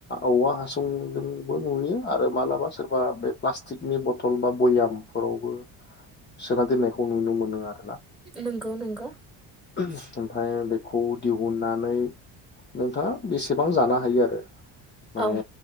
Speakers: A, on the left; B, in the centre.
A: औवा हासुंजोंबो नुयो आरो मालाबा सोरबा बे प्लास्टिकनि बथल बा बयाम फोरावबो सोना दोननायखौ नुनो मोनो आरो
B: नंगौ नंगौ
A: ओमफ्राय बेखौ दिहुननानै नोंथाङा बेसेबां जानो हायो आरो माने
B: औ